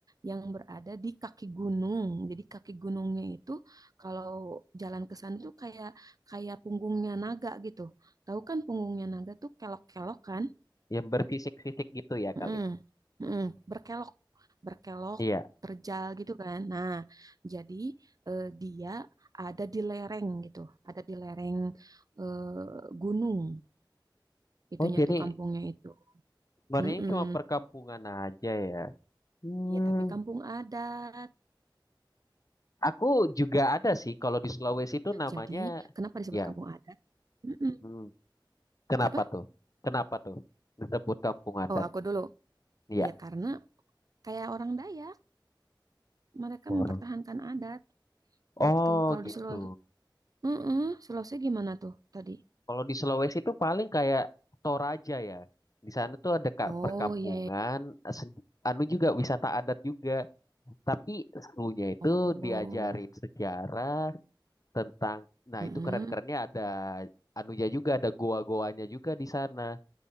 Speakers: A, on the right; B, on the left.
A: yang berada di kaki gunung. Jadi kaki gunungnya itu kalau jalan ke sana tuh kayak kayak punggungnya naga gitu. Tahu kan punggungnya naga tuh kelok-kelok kan?
B: yang berfisik-fisik gitu ya kali.
A: Mm, mm, berkelok, berkelok,
B: Iya.
A: terjal gitu kan. Nah, jadi eh, dia ada di lereng gitu, ada di lereng eh, gunung. Itunya
B: Oh, jadi
A: tuh kampungnya itu.
B: sebenarnya
A: Mm-mm.
B: cuma perkampungan aja ya. Hmm,
A: Iya, tapi kampung adat.
B: aku juga ada sih kalau di Sulawesi itu namanya
A: Jadi, kenapa disebut
B: ya.
A: kampung adat? Mm-mm.
B: Hmm, kenapa
A: Apa?
B: tuh? Kenapa tuh disebut kampung adat?
A: Oh, aku dulu.
B: Iya.
A: Ya, karena kayak orang Dayak, mereka
B: Orang.
A: mempertahankan adat
B: Oh,
A: gitu. Kalau
B: gitu.
A: di Sulawesi, mm Sulawesi gimana tuh tadi?
B: Kalau di Sulawesi itu paling kayak Toraja ya. Di sana tuh ada kak
A: Oh,
B: perkampungan,
A: iya, iya.
B: se- anu juga wisata adat juga. Tapi serunya itu
A: Oh,
B: diajarin sejarah tentang, nah
A: mm-mm.
B: itu keren-kerennya ada anunya juga, ada goa-goanya juga di sana.